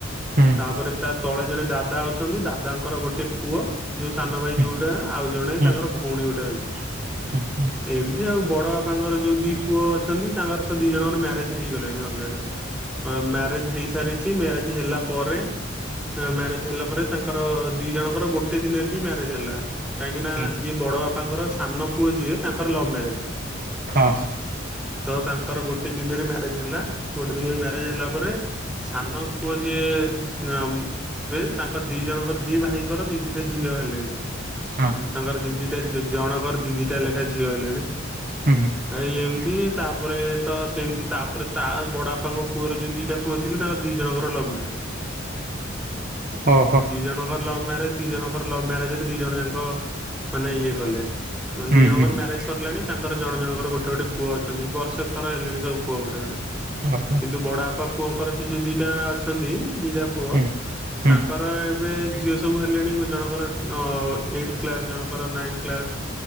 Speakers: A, on the right; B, in the centre.
A: ହୁଁ
B: ତାପରେ ତା ତଳେ ଜଣେ ଦାଦା ଅଛନ୍ତି ଦାଦାଙ୍କର ଗୋଟେ ପୁଅ ଯୋଉ ସାନ ଭାଇ
A: ହୁଁ
B: ଯୋଉଟା ଆଉ ଜଣେ
A: ହୁଁ
B: ତାଙ୍କର ଭଉଣୀ ଗୋଟେ ଅଛି।
A: ହୁଁ ହୁଁ।
B: ଏମିତି ଆଉ ବଡ଼ ବାପାଙ୍କର ଯୋଉ ଦି ପୁଅ ଅଛନ୍ତି ତାଙ୍କର ତ ଦି ଜଣଙ୍କର ମ୍ୟାରେଜ ହେଇଗଲାଣି ଅଲରେଡି ଅ ମ ରେଜ ହେଇସାରିଛି ମ୍ୟାରେଜ ହେଲା ପରେ ମ୍ୟାରେଜ ହେଲା ପରେ ତାଙ୍କର ଦି ଜଣଙ୍କର ଗୋଟେ ଦିନରେ ହିଁ ମ୍ୟାରେଜ ହେଲା। କାହିଁକିନା
A: ହୁଁ।
B: ଯିଏ ବଡ଼ ବାପାଙ୍କର ସାନ ପୁଅ ଯିଏ ତାଙ୍କର ଲଭ୍ ମ୍ୟାରେଜ।
A: ହଁ ହଁ।
B: ତ ତାଙ୍କର ଗୋଟେ ଦିନରେ ମ୍ୟାରେଜ ହେଲା ଗୋଟେ ଦିନରେ ମ୍ୟାରେଜ୍ ହେଲା ପରେ ସାନ ପୁଅ ଯିଏ ସେ ଏବେ ତାଙ୍କ ଦି ଜଣଙ୍କର ଦି ଭାଇଙ୍କର ଦି ଦିଟା ଝିଅ ହେଲେଣି।
A: ହଁ।
B: ତାଙ୍କର ଦି ଦିଟା ଝିଅ ଜଣଙ୍କର ଦି ଦିଟା ଲେଖା ଝିଅ ହେଲେଣି।
A: ହୁଁ, ହୁଁ।
B: ଆଉ ଏମିତି ତାପରେ ତ ସେମିତି ତାପରେ ତା ବଡ଼ ବାପାଙ୍କ ପୁଅର ଯୋଉ ଦିଟା ପୁଅ ଥିଲେ ତାଙ୍କ ଦୁଇ ଜଣଙ୍କର ଲଭ୍ ମ୍ୟାରେଜ।
A: ଓହୋ
B: ଦି ଜଣଙ୍କର ଲଭ ମ୍ୟାରେଜ ଦି ଜଣଙ୍କର ଲଭ୍ ମ୍ୟାରେଜରେ ଦି ଜଣ ଯାଙ୍କ ମାନେ ଇଏ କଲେ ମାନେ
A: ହୁଁ
B: ଦୁଇ ଜଣଙ୍କର
A: ହୁଁ
B: ମ୍ୟାରେଜ ସରିଲାଣି ତାଙ୍କର ଜଣ ଜଣଙ୍କର ଗୋଟେ ଗୋଟେ ପୁଅ ଅଛନ୍ତି ବର୍ଷେକର ହେଲେଣି ସବୁ ପୁଅ ଗୋଟେ ଗୋଟେ।
A: ଅ ହ
B: କିନ୍ତୁ ବଡ଼ ବାପା ପୁଅଙ୍କର ସେ ଯୋଉ ଦିଟା ଅଛନ୍ତି ଦି ପୁଅ
A: ହୁଁ ହୁଁ ହୁଁ
B: ତାଙ୍କର ଏବେ ଝିଅ ସବୁ ହେଲେଣି ଜଣଙ୍କର ଏଇଟିଥ କ୍ଲାସ ଜଣଙ୍କର ନାଇନ୍ଥ କ୍ଲାସ।